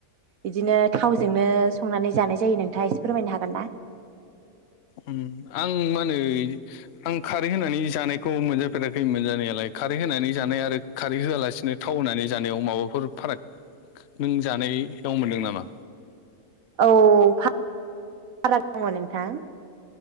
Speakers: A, on the right (about 60°); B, on the left (about 60°).
A: बिदिनो थावजोंनो संनानै जानाय जायो नोंथाङा एसे फोरमायनो हागोन ना?
B: उम आं मा होनो आं खारै होनानै जानायखौ मोनजाफेराखै मोनजानायालाय खारै होनानै जानाय आरो खारै होआलासिनो थाव होनानै जानायाव माबाफोर फाराग नों जानाय याव मोनदों नामा?
A: औ फा राग दङ नोंथां